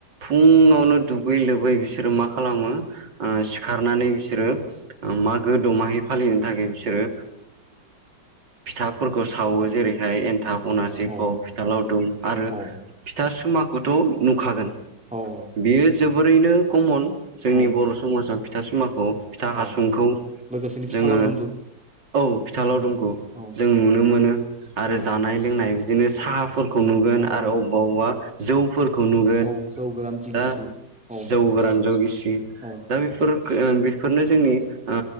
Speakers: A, on the right; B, in the centre.
A: फुङावनो दुगै लोबै बिसोरो मा खालामो ओ खखारनानै बिसोरो मागो दमाहै फालिनो थाखाय बिसोरो फिथाफोरखौ सावो
B: औ
A: जेरैहाय एन्थाब अनासि
B: औ
A: फ फिथा लावदुम आरो
B: औ
A: फिथा सुमाखौथ' नुखागोन
B: औ औ
A: बेयो जोबोरैनो कमन जोंनि
B: औ
A: बर' समाजाव फिथा सिमाखौ फिथा हासुंखौ
B: औ लोगोसेनो फिथा
A: जोङो
B: लावदुमबो
A: औ फिथा लावदुमखौ
B: उम औ
A: जों नुनो मोनो आरो जानाय लोंनाय बिदिनो साहाफोरखौ नुगोन
B: औ
A: आरो
B: औ
A: अबेबा अबेबा जौफोरखौ नुगोन
B: औ जौ गोरान जिगिसि
A: दा
B: औ
A: जौ गोरान जौ गिसि
B: औ
A: दा बेफोर बेफोरनो जोंनि ओ